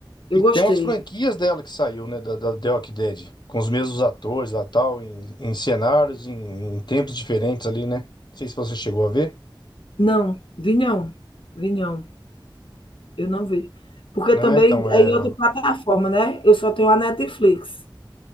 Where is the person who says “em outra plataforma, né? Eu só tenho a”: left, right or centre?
Left